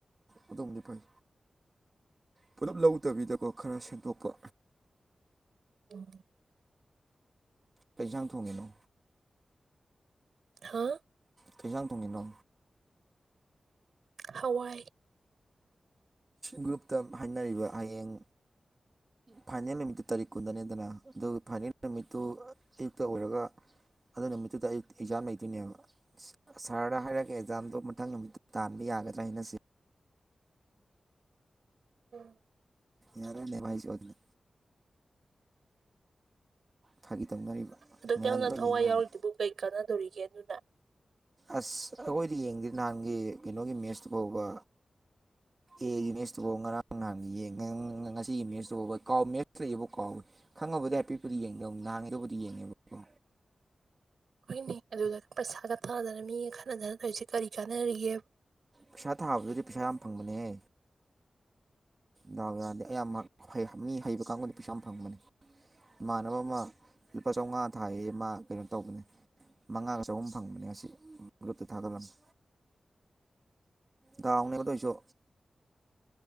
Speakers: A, on the right; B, on the right.
A: ꯑꯗꯨꯗꯣꯝꯗꯤ ꯐꯩ ꯄꯨꯂꯞ ꯂꯧꯗꯕꯤꯗꯀꯣ ꯈꯔ ꯁꯦꯝꯗꯣꯛꯄ
B: ꯑꯣ
A: ꯀꯩꯁꯥꯡ ꯊꯣꯡꯉꯤꯅꯣ
B: ꯍꯥꯥ
A: ꯀꯩꯁꯥꯡ ꯊꯣꯡꯉꯤꯅꯣ
B: ꯍꯋꯥꯏ
A: ꯒ꯭ꯔꯨꯞꯇ ꯍꯥꯏꯅꯔꯤꯕ ꯍꯌꯦꯡ ꯐꯥꯏꯅꯦꯜ ꯅꯨꯃꯤꯠꯇꯨ ꯇꯥꯔꯤꯛ ꯀꯨꯟꯗꯅꯦꯗꯅ ꯑꯗꯨꯒ ꯐꯥꯏꯅꯦꯜ ꯅꯨꯃꯤꯠꯇꯨ ꯑꯌꯨꯛꯇ ꯑꯣꯏꯔꯒ ꯑꯗꯨ ꯅꯨꯃꯤꯠꯇꯨꯗ ꯑꯌꯨꯛꯇ ꯑꯦꯛꯖꯥꯝ ꯂꯩꯗꯣꯏꯅꯦꯕ ꯁꯥꯔꯗ ꯍꯥꯏꯔꯛꯒꯦ ꯑꯦꯛꯖꯥꯝꯗꯣ ꯃꯊꯪ ꯅꯨꯃꯤꯠꯇ ꯇꯥꯟꯕ ꯌꯥꯒꯗ꯭ꯔꯥ ꯍꯥꯏꯅꯁꯤ
B: ꯎꯝ
A: ꯌꯥꯔꯦ ꯂꯦ ꯍꯥꯏꯁꯣ ꯑꯗꯨꯅ ꯐꯥꯒꯤ ꯇꯧꯅꯔꯤꯕ
B: ꯑꯗꯨꯛ
A: ꯃꯌꯥꯝꯗꯨ
B: ꯌꯥꯝꯅ
A: ꯂ
B: ꯊꯋꯥꯏ
A: ꯌꯦꯡ ꯉꯅꯤ
B: ꯌꯥꯎꯔꯤꯗꯨꯕꯨ ꯀꯩ ꯀꯥꯟꯅꯗꯧꯔꯤꯒꯦ ꯑꯗꯨꯅ
A: ꯑꯁ ꯑꯩꯈꯣꯏꯗꯤ ꯌꯦꯡꯗꯦ ꯅꯍꯥꯟꯒꯤ ꯀꯩꯅꯣꯒꯤ ꯃꯦꯁꯇꯨ ꯐꯥꯎꯕ ꯑꯦꯒꯤ ꯃꯦꯠꯁꯇꯨꯐꯥꯎ ꯉꯔꯥꯡ ꯅꯍꯥꯟ ꯌꯦꯡ ꯉꯁꯤꯒꯤ ꯃꯦꯠꯁꯇꯨꯐꯥꯎꯕ ꯀꯥꯎ ꯃꯦꯠꯁ ꯂꯩꯌꯦꯕ ꯀꯥꯎꯋꯦ ꯈꯪꯉꯕꯕꯨꯗꯤ ꯍꯥꯏꯐꯦꯄꯨꯗꯤ ꯌꯦꯡꯗꯧ ꯅꯍꯥꯟꯉ ꯑꯗꯨꯕꯨꯗꯤ ꯌꯦꯡꯉꯦꯕꯀꯣ
B: ꯍꯏꯅꯤ ꯑꯗꯨꯒ ꯄꯩꯁꯥꯒ ꯇꯥꯗꯅ ꯃꯤꯒ ꯈꯠꯅꯗꯅ ꯇꯧꯔꯤꯁꯦ ꯀꯔꯤ ꯀꯥꯟꯅꯔꯤꯒꯦꯕ
A: ꯄꯩꯁꯥ ꯊꯥꯕꯗꯨꯗꯤ ꯄꯩꯁꯥ ꯌꯥꯝ ꯐꯪꯕꯅꯦꯍ ꯗꯥꯎ ꯌꯥꯔꯗꯤ ꯑꯌꯥꯝꯕ ꯃꯤ ꯍꯩꯕ ꯀꯥꯡꯕꯨꯗꯤ ꯄꯩꯁꯥ ꯌꯥꯝ ꯐꯪꯕꯅꯤ ꯏꯃꯥꯟꯅꯕ ꯑꯃ ꯂꯨꯄꯥ ꯆꯧꯉꯥ ꯊꯥꯏꯌꯦ ꯃꯥ ꯀꯩꯅꯣ ꯇꯧꯕꯅꯦ ꯃꯉꯥꯒ ꯆꯍꯨꯝ ꯐꯪꯕꯅꯦ ꯑꯁꯤ ꯒ꯭ꯔꯨꯞꯇ ꯊꯥꯒꯠꯂꯝꯃꯤ ꯗꯥꯎꯅꯦ ꯗꯣꯢꯁꯨ